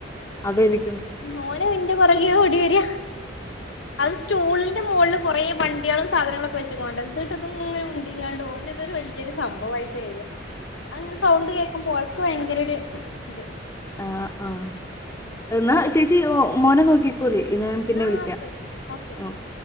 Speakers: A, on the left (about 15°); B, on the left (about 80°).
A: അത് എനി
B: മോന് ഇന്റെ പുറകെ ഓടി വരാ. അത് സ്റ്റൂളി ന്റെ മോളില് കുറേ വണ്ടികളും സാധങ്ങളൊക്കെ വെച്ചിക്കണണ്ട് ഇതങ്ങട്ട് ഉന്തിങ്ങണ്ട് ഓന് ഇതൊരു വലിയൊരു സംഭവായിട്ട് വരാ. അങ്ങനെ സൗണ്ട് കേൾക്കുമ്പോ ഓൾക്ക് ഭയങ്കര ഒരു ഇത്
A: ആ ആ എന്നാ ചേച്ചി മോനെ നോക്കിക്കോളി എന്നാ ഞാൻ പിന്നെ
B: ആഹ്
A: വിളിക്കാം
B: ഓക്കെ ഓക്കെ ഓക്കെ
A: ഓക്കെ